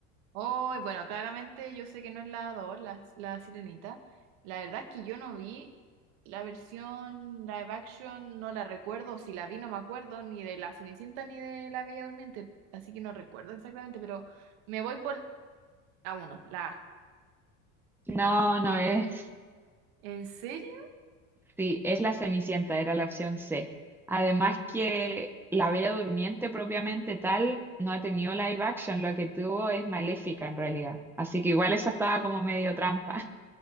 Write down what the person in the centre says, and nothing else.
No, no es.
Sí, es La Cenicienta, era la opción C. Además que La Bella Durmiente propiamente tal no ha tenido live action, lo que tuvo es Maléfica en realidad. Así que igual esa estaba como medio trampa.